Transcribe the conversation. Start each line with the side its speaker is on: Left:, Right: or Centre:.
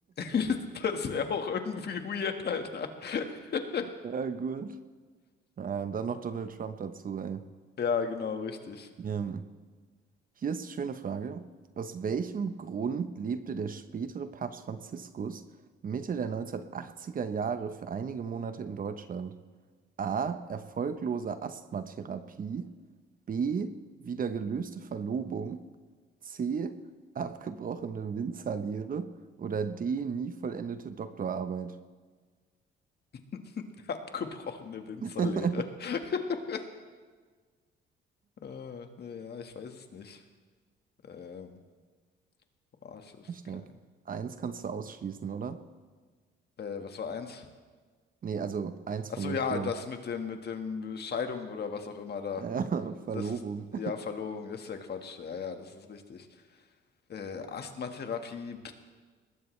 Left: <laughs> Das wäre auch irgendwie weird, Alter. <laughs>
Right: Ja, gut. Ah, und dann noch Donald Trump dazu, ey.
Left: Ja, genau, richtig.
Right: Ähm, hier ist eine schöne Frage. Aus welchem Grund lebte der spätere Papst Franziskus Mitte der 1980 Jahre für einige Monate in Deutschland? A. Erfolglose Asthmatherapie. B. Wieder gelöste Verlobung. C. Abgebrochene Winzerlehre. Oder D. Nie vollendete Doktorarbeit.
Left: <laughs> Abgebrochene Winzerlehre.
Right: <laughs>
Left: <laughs> Äh, naja, ich weiß es nicht. Ähm, boah, ich weiß
Right: Ich
Left: kein.
Right: denke, eins kannst du ausschließen, oder?
Left: Äh, was war eins?
Right: Nee, also eins
Left: Ach
Right: von
Left: so,
Right: den
Left: ja,
Right: vieren.
Left: das mit dem, mit dem Scheidung oder was auch immer da.
Right: Äh, <laughs> Verlobung.
Left: Das ist, ja, Verlobung, das ist ja Quatsch. Ja, ja, das ist richtig. Äh, Asthmatherapie, pff,